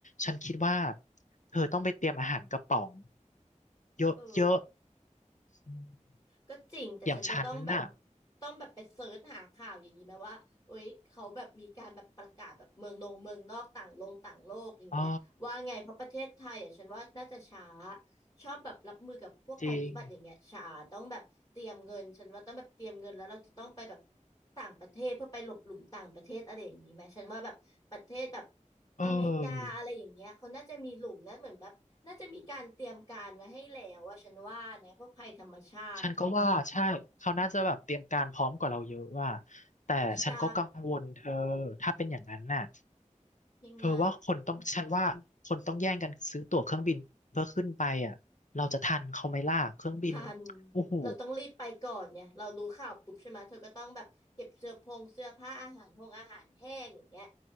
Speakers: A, on the left (about 70°); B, on the left (about 30°).
A: ฉันคิดว่าเธอต้องไปเตรียมอาหารกระป๋องเยอะเยอะ
B: เออ
A: อม
B: ก็จริงแต่ฉันจะต้องแบบ
A: อย่างฉันน่ะ
B: ต้องแบบไปเซิร์ชหาข่าวอย่างนี้ไหมว่าโอ๊ยเขาแบบมีการแบบประกาศแบบเมืองนงเมืองนอกต่างลงต่างโลกอย่างเงี้ยว่าไงเพราะประเทศไทยอ่ะฉันว่าน่าจะช้า
A: อ๋อ
B: ชอบแบบรับมือกับพวกภัยพิบัติอย่างเงี้ยช้าต้องแบบเตรียมเงินฉันว่าต้องแบบเตรียมเงินแล้วเราจะต้องไปแบบ
A: จริง
B: ต่างประเทศเพื่อไปหลบหลุมต่างประเทศอะไรอย่างนี้ไหมฉันว่าแบบประเทศแบบ
A: เออ
B: อเมริกาอะไรอย่างเงี้ยเขาน่าจะมีหลุมนะเหมือนแบบน่าจะมีการเตรียมการไว้ให้แล้วว่าฉันว่านะพวกภัยธรรมชาติ
A: ฉันก็ว่าใช่เขาน่าจะแบบเตรียมการพร้อมกว่าเราเยอะว่าแต่ฉันก็กังวลเธอถ้าเป็นอย่างนั้นน่ะ
B: ใช่ยังไง
A: เธอว่าคนต้องฉันว่าคนต้องแย่งกันซื้อตั๋วเครื่องบินเพื่อขึ้นไปอ่ะเราจะทันเขาไหมล่ะเครื่องบิน
B: ทัน
A: โอ้โห
B: เราต้องรีบไปก่อนไงเรารู้ข่าวปุ๊บใช่ไหมเธอก็ต้องแบบเก็บเสื้อพงเสื้อผ้าอาหารหงอาหารแห้งอย่างเงี้ย